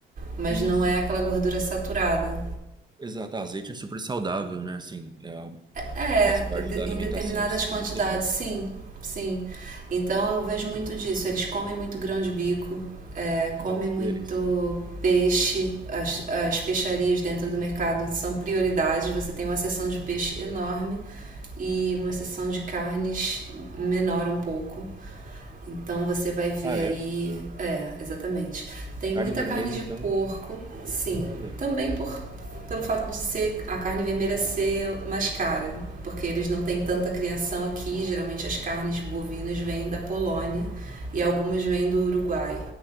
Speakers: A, on the right; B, on the right.
A: mas
B: Isso.
A: não é aquela gordura saturada.
B: Exato. Ah, Azeite é super saudável, né? Assim, é,
A: É,
B: faz parte da alimentação
A: em determinadas quantidades,
B: mediterrânea,
A: sim, sim. Então eu vejo muito disso. Eles comem muito grão de bico, é, comem
B: né?
A: muito
B: Poderia ser.
A: peixe. As, as peixarias dentro do mercado são prioridades. Você tem uma seção de peixe enorme e uma seção de carnes menor um pouco. Então você vai ver
B: Ah,
A: aí.
B: é?
A: É, exatamente. Tem
B: Carne
A: muita
B: vermelha,
A: carne de
B: então.
A: porco, sim.
B: Olha,
A: Também por, pelo fato de ser a carne vermelha ser mais cara, porque eles não têm tanta criação aqui. Geralmente as carnes bovinas vêm da Polônia e algumas vêm do Uruguai.